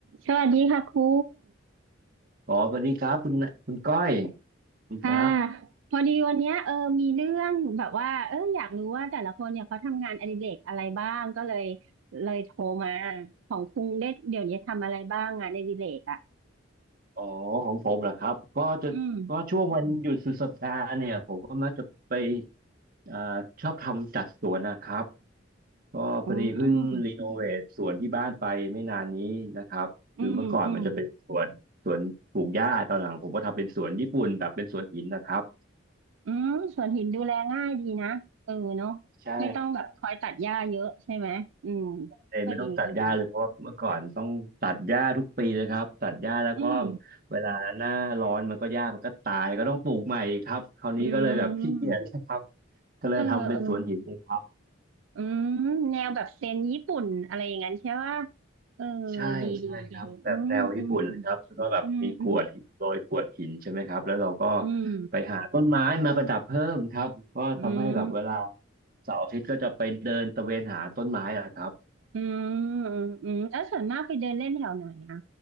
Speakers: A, on the right; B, on the right.
A: สวัสดีค่ะครู
B: อ๋อสวัสดีครับคุณคุณก้อยสวัสดีครับ
A: ค่ะ พอดีวันเนี้ยเออมีเรื่องแบบว่าเอออยากรู้ว่าแต่ละคนเนี่ยเขาทำงานอดิเรกอะไรบ้างก็เลยเลยโทรมาของครูได้เดี๋ยวนี้ทำอะไรบ้างงานอดิเรกอ่ะ
B: อ๋อของผมเหรอครับก็จะก็ช่วงวันหยุดสุดสัปดาห์เนี่ยผมก็มักจะไป
A: อืม
B: อ่าชอบทำจัดสวนนะครับ ก็พอดีเพิ่งรีโนเวทสวนที่บ้านไปไม่นานนี้นะครับ
A: อืมอืมอืม
B: คือเมื่อก่อนมันจะเป็นสวนสวนปลูกหญ้าตอนหลังผมก็ทำเป็นสวนญี่ปุ่นแบบเป็นสวนหินนะครับ
A: อืมสวนหินดูแลง่ายดีนะเออเนาะ
B: ใช่
A: ไม่ต้องแบบคอยตัดหญ้าเยอะใช่ไหมอืม
B: เลยไม่ต้องตัดหญ้าเลยเพราะว่าเมื่อก่อนต้องตัดหญ้าทุกปีเลยครับตัดหญ้าแล้วก็
A: ก็ดีก็ดีอืม
B: เวลาหน้าร้อนมันก็หญ้ามันก็ตายก็ต้องปลูกใหม่ครับคราวนี้ก็เลยแบบขี้เกียจนะครับ
A: อืม
B: ก็เลยทำเป็นสวนหินเลยครับ
A: เออเออ อืมแนวแบบเซนญี่ปุ่นอะไรอย่างนั้นใช่ว่าเออ
B: ใช่ใช่ครับแบบแนวญี่ปุ่นเลยครับแล้วก็แบบมีกรวดหินโรยกรวดหินใช่ไหมครับแล้วเราก็
A: ดีดีดีอืมอืมอืมอืมอืม
B: ไปหาต้นไม้มาประดับเพิ่มครับก็ทำให้แบบเวลา
A: อืม
B: เสาร์อาทิตย์ก็จะไปเดินตะเวนหาต้นไม้อะครับ
A: อืมอืมอืมแล้วส่วนมากไปเดินเล่นแถวไหนอะ